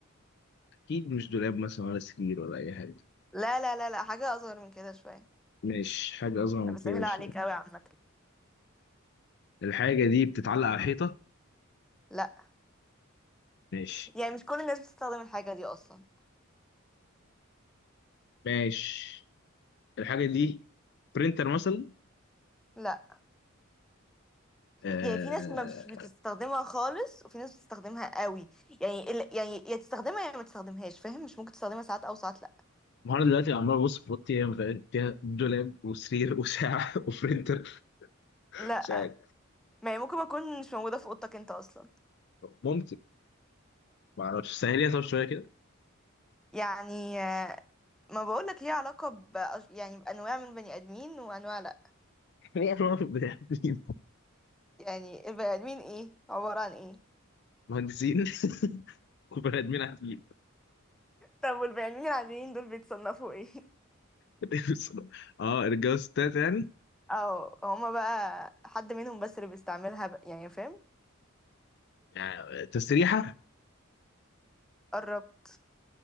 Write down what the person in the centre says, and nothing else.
لا لا لا لا حاجة أصغر من كده شوية
أنا بسهلها
عليك أوي عامة
لا
يعني مش كل الناس بتستخدم الحاجة دي أصلا
لا
يعني في ناس ما مش بتستخدمها خالص وفي ناس بتستخدمها قوي يعني ال- يعني يا تستخدمها يا ما تستخدمهاش فاهم مش ممكن تستخدمها ساعات أو ساعات لا
لا
ما هي ممكن ما تكون مش موجودة في أوضتك أنت أصلا
يعني آه، ما بقولك ليها علاقة ب يعني بأنواع من البني آدمين وأنواع لا
يعني البني آدمين إيه عبارة عن إيه
طب والبني آدمين العاديين دول بيتصنفوا إيه
اه هما بقى حد منهم بس اللي بيستعملها بقى يعني فاهم
قربت